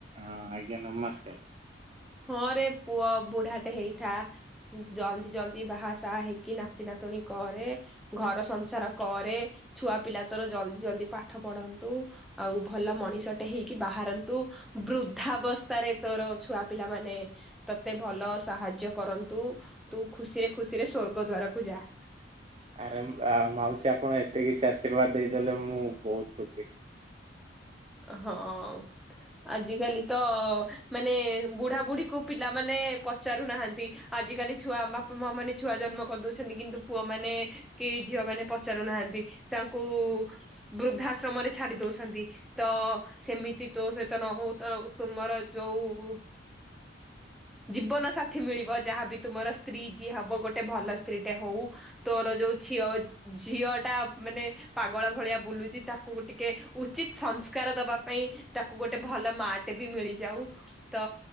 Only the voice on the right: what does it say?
ହଁ, ଆଜ୍ଞା ନମସ୍କାର।
ଆରେ ଆ ମାଉସୀ ଆପଣ ଏତେ କିଛି ଆଶୀର୍ବାଦ ଦେଇଦେଲେ ମୁଁ ବହୁତ ଖୁସି।